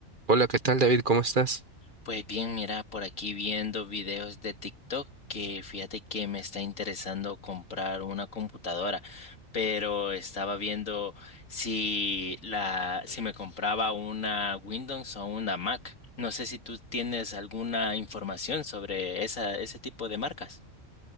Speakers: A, on the right; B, on the left.
A: Hola, ¿qué tal, David? ¿Cómo estás?
B: Pues bien, mira, por aquí viendo videos de TikTok que fíjate que me está interesando comprar una computadora, pero estaba viendo si la, si me compraba una Windows o una Mac. No sé si tú tienes alguna información sobre esa, ese tipo de marcas.